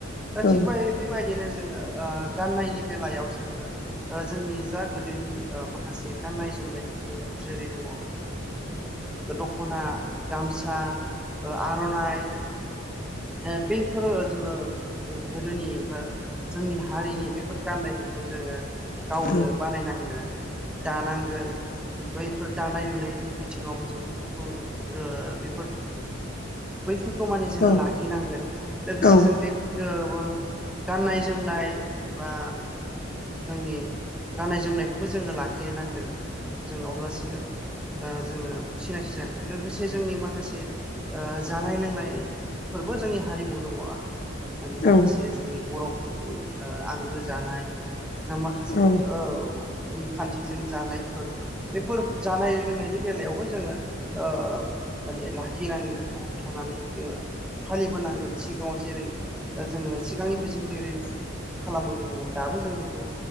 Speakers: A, in the centre; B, on the left.
A: दा
B: औ
A: थिग बेबायदिनो जोङो ओ गाननायनि बेलायाव जोङो ओ जोंनि जा गोदोनि ओ माखासे गानाय जोमनायफोरजों जेरै दङ दख'ना, गामसा ओ आर'नाइ ओ बैफोर जोङो गोदोनि बा जोंनि हारिनि बेफोर गान्नायफोर खौ जोङो गावनो
B: औ
A: बानायनांगोन, दानांगोन बैफोर दानाय लुनायनि थिङावबो जों बैफोरखौ ओ बेफोर बैफोरखौ माने जोङो
B: औ
A: लाखिनांगोन लोगोसे
B: औ
A: जों बे ओ गाननाय जोमनाय बा जोंनि गाननाय जोमनायखौबो जोङो लाखिनो नांगोन जों अब्लासो ओ जोङो सिनायथि जागोन लोगोसे जोंनि माखासे ओ जानाय लोंनाय फोरबो जोंनि हारिमु दङ, माने माखासे
B: औ
A: जोंनि बर' नि ओ आंगो जानाय ना माखासे
B: औ
A: ओ उम खान्थिजों जानायफोर बेफोर जानाय लोंनायनि बेलायावबो जोङो ओ माने लाखिनांगोन बेखौ हमथानानै जोङो फालिबोनां नांगोन। सिगाङाव जेरै जोङो सिगांनिफ्राय जों जेरै खालामबोदोंमोन दाबो जों बेखौ